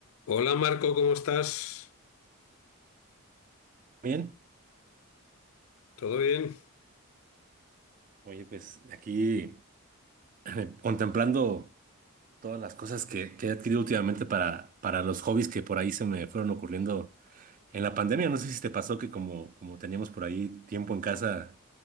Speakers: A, on the left (about 75°); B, on the right (about 40°).
A: Hola Marco, ¿cómo estás?
B: Bien,
A: ¿Todo bien?
B: oye, pues aquí <clears throat> <laughs> contemplando todas las cosas que, que he adquirido últimamente para, para los hobbies que por ahí se me fueron ocurriendo en la pandemia. No sé si te pasó que como, como teníamos por ahí tiempo en casa,